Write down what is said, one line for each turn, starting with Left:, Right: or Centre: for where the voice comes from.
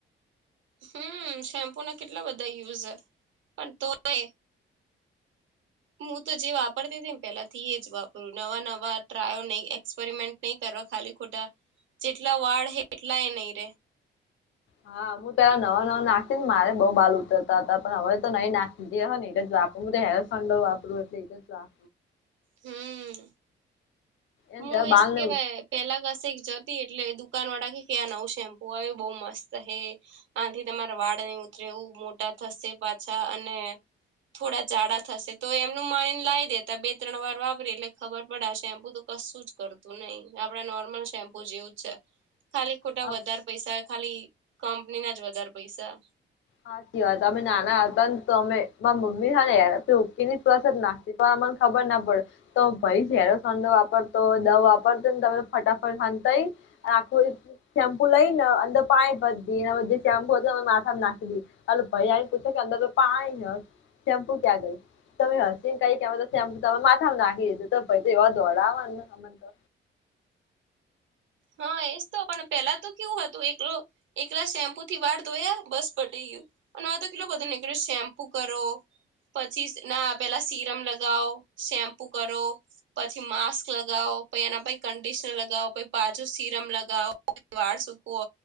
Right: હમ શેમ્પુ ના કેટલા બધા યુઝ પણ તોય હું તો જે વાપરતી હતી ને પેલાથી જ વાપરું નવા નવા ટ્રાયો નહી એક્સપેરિમેન્ટ નહી કરવા ખાલી ખોટા જેટલા વાળ હે એટલા એ નહી રે
Left: હા હું પેલા નવા નવા નાખી ને મારે બહુ બાલ ઉતરતા હતા પણ હવે તો નઈ નાખી જે હ ને એ જ વાપરુ હેર એન્ડ સંંડો વાપરુ એટલે એ તો જવ
Right: હમ
Left: એમ
Right: હું
Left: તો
Right: એ
Left: બાલ
Right: સું કેવાય
Left: ને
Right: પેલા કસે જતી એટલે દુકાન વાળા કે ક્યાં નવું શેમ્પુ આવ્યું બઉ મસ્ત હે આથી તમારા વાળ નહી ઉતરે એવું મોટા થશે પાછા અને થોડા જાઝડા થશે તો એમનું માઇન લાવી દેતા બે ત્રણ વાર વાપરી એટલે ખબર પડે આ શેમ્પુ તો કશું જ કરતું નહી આપડા નોર્મલ શેમ્પુ જેવું છે ખાલી ખોટા
Left: આમ
Right: વધારે પૈસા ખાલી કંપની ના જ વધારે પૈસા
Left: હાચી વાત અમે નાના હતા ને તો અમે મારા મમ્મી ને ઉ તો આમને ખબર ના પડે તો ભાઈ ઝેરો છંડો વાપરતો હોય દવ વાપરતો ને તમે ફટાફટ ખાંધતાય આખું શેમ્પુ લઈને અંદર પાણી ભરી દઇઍ એના જે શેમ્પુ હતું મે માથામાં નાખી હ ભાઈ આ પૂછે કે અંદર તો પાણી હ શેમ્પુ ક્યા ગયુ તમે હસીને કઈક તો સેમ્પુ તમામે માથામાં નાખી દીધો તો ભાઈ તો એવા દોડાવ ને મને તો
Right: હા એજ તો પણ પેલા તો કેવું હતું એકલું એકલા શેમ્પુ થી વાળ ધોયા બસ પટી ગયું અને હ તો કેટલો બધો નીકળે શેમ્પુ કરો પછી ના પેલા સીરમ લગાવો શેમ્પુ કરો પછી માસ્ક લગાવો પછ એના પ કંડિશનર લગાવો પ પાછું સીરમ લગાઓ દિ વાળ સુકવો